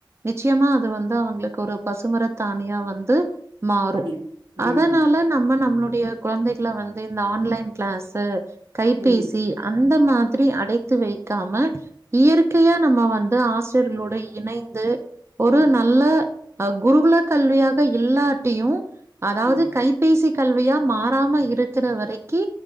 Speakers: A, on the right (about 30°); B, on the right (about 85°).
A: நிச்சயமா அது வந்து அவங்களுக்கு ஒரு பசுமரத்தானியா வந்து மாறு
B: பதியு ம்
A: அதனால நம்ம நம்மளுடைய குழந்தைகள வந்து இந்த ஆன்லைன் கிளாஸ்ஸு கைபேசி
B: ம்
A: அந்த மாதிரி அடைத்து வை க்காம இயற்கையா நம்ம வந்து ஆசிரியர்களோட இணைந்து ஒரு
B: ம்
A: நல்ல அ குருகுல கல்வியாக இல்லாட்டியு அதாவது
B: ம்
A: கை கைப்பேசி கல்வியா மாறாம இருக்கிற வரைக்கி